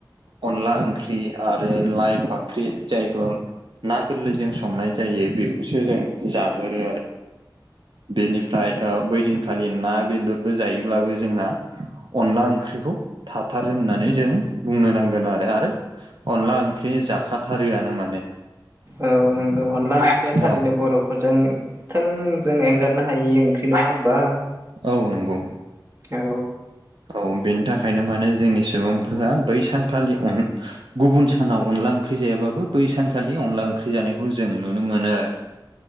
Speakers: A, on the right (about 85°); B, on the right (about 35°).
A: अनला ओंख्रि आरो लाइ फाख्रि जायग ना गोरलैजों संनाय जायो बेखौसो जों जागोरो आरो बेनिफ्राय ओ बैदिनखालि ना बेदरबो जायोब्लाबो जोंना अनला ओंख्रिखौ थाथारो होननानै जों बुंनो नांगोन आरो आरो अनला ओंख्रि जाखाथारोआनो माने।
B: औ नंगौ अनदला ओंख्रिया थारैनो
A: औ
B: बर' फोरजों थोंजों एंगारनो हायि ओंख्रि नङा होमबा।
A: औ नंगौ
B: औ
A: औ बेनि थाखायनो माने जोंनि सुबुंफोरा बै सानखालि अन गुबुन सानाव अनला ओंख्रि जायाबाबो बै सानखालि अनला ओंख्रि जानायखौ जों नुनो मोनो आरो।